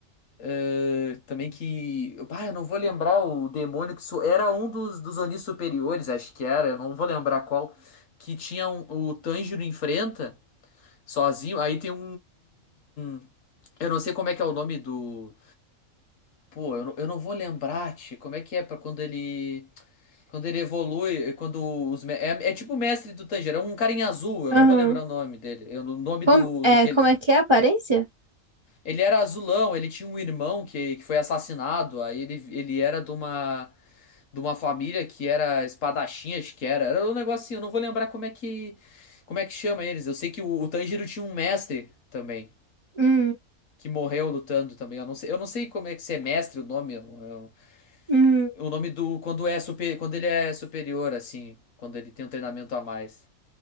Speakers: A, on the left (about 70°); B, on the right (about 30°).
A: É, também que. Ah, eu não vou lembrar o demônio que. So... Era um dos, dos Onis superiores, acho que era, eu não vou lembrar qual. Que tinha um- o Tanjiro enfrenta sozinho. Aí tem um, um- Eu não sei como é que é o nome do. Pô, eu não, eu não vou lembrar, tchê, como é que é pra quando ele. Quando ele evolui, quando os. me- É, é tipo o mestre do Tanjiro, é um cara em azul, eu
B: Aham.
A: não vou lembrar o nome dele. Eu, o nome
B: Como,
A: do,
B: é,
A: do que
B: como
A: ele. é.
B: é que é a aparência?
A: Ele era azulão, ele tinha um irmão que, que foi assassinado, aí ele, ele era de uma, de uma família que era espadachim, acho que era. Era um negocinho, eu não vou lembrar como é que, como é que chama eles. Eu sei que o, o Tanjiro tinha um mestre também,
B: Hum,
A: que morreu lutando também. Eu não sei, eu não sei como é que se é mestre o nome, eu- eu-
B: uhum,
A: o nome do, quando é super, quando ele é superior, assim, quando ele tem um treinamento a mais.